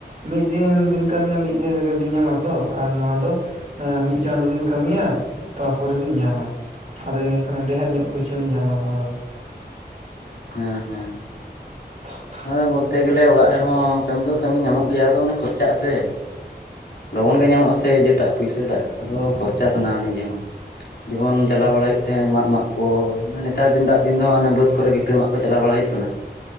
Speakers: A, on the right; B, on the left.
A: ᱢᱤᱫ ᱫᱤᱱ ᱵᱤᱱ ᱠᱟᱹᱢᱤᱭᱟ ᱢᱤᱫ ᱫᱤᱱ ᱨᱮᱜᱮ ᱵᱤᱱ ᱧᱟᱢᱟ ᱛᱚ ᱟᱨ ᱱᱚᱣᱟ ᱫᱚ ᱢᱤᱫ ᱪᱟᱸᱫᱚ ᱵᱤᱱ ᱠᱟᱹᱢᱤᱭᱟ ᱛᱟᱯᱚᱨᱮ ᱵᱤᱱ ᱧᱟᱢᱟ ᱟᱫᱚ ᱤᱱᱟᱹ ᱠᱷᱟᱱ ᱰᱷᱮᱨ ᱧᱚᱜ ᱯᱚᱭᱥᱟᱹ ᱵᱤᱱ ᱧᱟᱢᱟ ᱱᱚᱣᱟ ᱫᱚ
B: ᱦᱮᱸ ᱦᱮᱸ
A: <unintelligible>
B: ᱟ ᱵᱚᱞᱛᱮ ᱜᱮᱞᱮ ᱚᱲᱟᱜ ᱨᱮᱦᱚᱸ ᱠᱟᱹᱢᱤ ᱫᱚ ᱠᱟᱹᱢᱤ ᱧᱟᱢᱚᱜ ᱜᱮᱭᱟ ᱟᱫᱚ ᱚᱱᱮ ᱠᱷᱚᱨᱪᱟᱜᱼᱟ ᱥᱮ ᱞᱚᱜᱚᱱ ᱜᱮ ᱧᱟᱢᱚᱜᱼᱟ ᱥᱮ ᱡᱮᱴᱟᱜ ᱯᱩᱭᱥᱟᱹ ᱴᱟᱜ ᱟᱫᱚ ᱠᱷᱚᱨᱪᱟ ᱥᱟᱱᱟᱣᱟ ᱱᱤᱡᱮ ᱦᱚᱸ ᱡᱮᱢᱚᱱ ᱪᱟᱞᱟᱣ
A: ᱦᱩᱸ
B: ᱵᱟᱲᱟ ᱦᱩᱭᱩᱜ ᱛᱟᱦᱮᱸ ᱢᱟᱫ ᱢᱟᱜ ᱠᱚ ᱢᱟᱱᱮ ᱱᱮᱛᱟᱨ ᱫᱤᱱ ᱫᱟᱜ ᱫᱤᱱ ᱫᱚ ᱚᱱᱮ ᱵᱟᱹᱫᱽ ᱠᱚᱨᱮ ᱵᱷᱤᱛᱟᱹ ᱢᱟᱜ ᱠᱚ ᱪᱟᱞᱟᱣ ᱵᱟᱲᱟ ᱦᱩᱭᱩᱜ ᱠᱟᱱᱟ